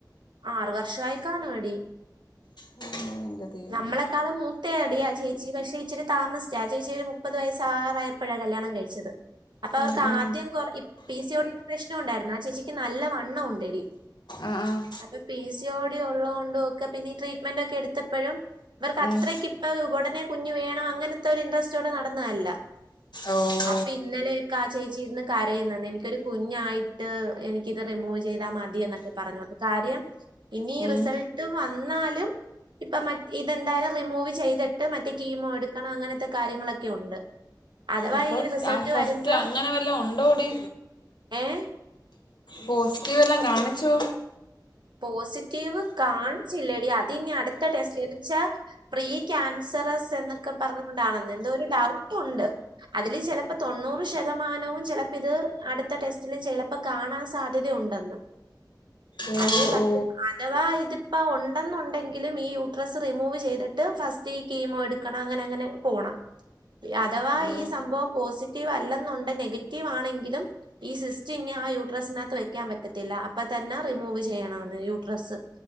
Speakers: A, on the right (about 80°); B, on the left (about 75°).
A: ആറു വർഷയി കാണും ഡി
B: ഓ എന്റെ ദൈവമേ
A: നമ്മളെക്കാളും മൂ ത ഡി ആ ചേച്ചി പക്ഷേ ഇച്ചിരി താമസിച്ച ആ ചേച്ചി ഒരു മുപ്പത് വയസ്സാ ആവാറായപ്പോഴാ കല്യാണം കഴിച്ചത് അപ്പൊ അവർക്ക്
B: ഉം ഉം
A: ആദ്യം കൊറ പി സിയോടുള്ള പ്രശ്നം ഉണ്ടായിരുന്നു ആ ചേച്ചിക്ക് നല്ല വണ്ണം ഉണ്ട് ഡി
B: ആഹ് ആഹ്
A: അപ്പൊ പി സി യോടി ഉള്ളോണ്ടൊ ഒക്കെ പിന്നെ ഈ ട്രീറ്റ്മെന്റ് ഒക്കെ എടുത്തപ്പോഴും ഇർക്ക് അത്രക്ക്
B: ഉം
A: ഇപ്പൊ ഉടനെ കുഞ്ഞുഞ് വേണം അങ്ങനത്തെ ഒരു ഇൻട്രസ്റ്റ്ടെ നടന്നതല്ല
B: ഓ
A: അപ്പൊ ഇന്നലെക്ക ആ ചേച്ചി ഇരുന്ന് കരയുന്നന്ന് എനിക്കൊരു കുഞ്ഞായിട്ട് എനിക്കിത് റിമൂവ് ചെയ്താൽ മതിയ എന്നൊക്കെ പറഞ്ഞുത് കാര്യം ഇനി
B: ഉം
A: റിസൾട്ട് വന്നാലും ഇപ്പൊ മ ഇതെന്തായാലും റിമൂവ് ചെയ്തിട്ട് മറ്റേ കീമോ എടുക്കണം അങ്ങനത്തെ കാര്യങ്ങളൊക്കെ ഉണ്ട് അഥവാ
B: അപ്പൊ
A: ഈ റിസൾട്ട്
B: ആ ഫസ്റ്റ്
A: വരുമ്പം
B: അങ്ങനെ വല്ല ഉണ്ടോ ടി
A: ഏഹ്
B: പോസിറ്റീവ് എല്ലാം കാണിച്ചു
A: പോസിറ്റീവ് കാണിച്ചില്ല ഡി അത് ഇനി അടുത്ത ടെസ്റ്റന്ന് വച്ചാ പ്രീ ക്യാൻസറസ് എന്നൊക്കെ പറഞ്ഞോ കൊണ്ടാണെന്ന് എന്തോ ഒരു ഡൗട്ടുണ്ട് അതില് ചിലപ്പോ തൊണ്ണൂറ് ശതമാനവും ചിലപ്പോ ഇത് അടുത്ത ടെസ്റ്റിലും ചിലപ്പോ കാണാൻ സാധ്യതയ ഉണ്ടെന്നും
B: ഓ
A: അല് പത്ത്
B: ഓ
A: അഥവാ ഇതിപ്പ ഉണ്ടെന്നുണ്ടെങ്കിലും ഈ യൂട്രസ് റിമൂവ് ചെയ്തിട്ട് ട്ട് ഫസ്റ്റ് ഈ കീമോ എടുക്കണം അങ്ങനെ അങ്ങനെ പോകണം അഥവാ
B: ഓ
A: ഈ സംഭവം പോസിറ്റീവ് അല്ലെന്നുണ്ട് നെഗറ്റീവ് ആണെങ്കിലും ഈ സിസ്റ്റ് ഇനി ആ യൂട്രസിനകത്ത് വെക്കാൻ പറ്റത്തില്ല അപ്പൊ തന്നെ റിമൂ മൂവ് ചെയ്യണന്ന് യൂ ഡ്രസ്സ്